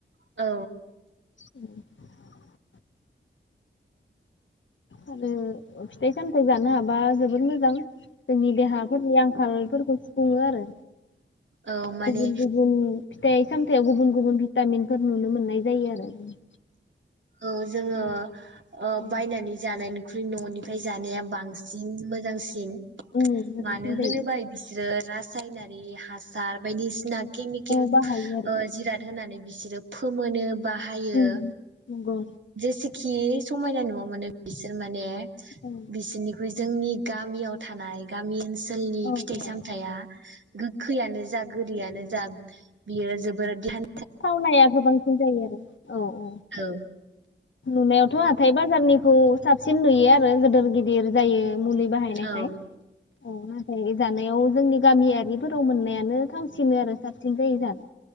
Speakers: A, on the right (about 65°); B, on the left (about 70°).
A: औ।
B: <inaudible> आरो फिथाइ सामथाइ जानो हाबा जोबोर मोजां जोंनि देहाफोरनि आंखालफोरखौ सुफुङो आरो।
A: औ माने
B: गुबुन गुबन फिथाइ सामथाइयाव गुबुन गुबुन भिटामिनफोर नुनो मोननाय जायो आरो। ओं।
A: औ जोङो ओ
B: औ
A: बायनानै जानायनि ख्रुय ननिफ्राय जानाया बांसि न मोजांसिन।
B: औ मोजांसिन
A: मानो
B: जायो
A: होनोब्ला बिसोरो रासायनारि हासार बायदिसिना केमिकेल
B: औ बाहायो आरो
A: ओ जिराद होनानै बिसोरो फोमोनो बाहायो
B: हुम नोंगौ।
A: जेसेखि समायना नुवा माने बिसोर माने
B: औ
A: बिसिनिख्रुय जोंनि गामियाव थानाय गामि ओनसो लनि
B: औ
A: फिथाइ
B: औ
A: सामथाइया गो खैयानो जा गोदैयानो जा बियो जोबोर दियान
B: थावनाया गोबांसिन जायो आरो औ औ
A: औ।
B: नुनायावथ' हाथाय बाजारनिखौ साबसिन नुयो आरो गोदोर गिदिर जायो। मुलि बाहायनायखाय
A: औ
B: औ नो फाय जानायाव जोंनि गामियारिफोराव मोननायानो थांसिनो आरो साबसिन जायो जानो।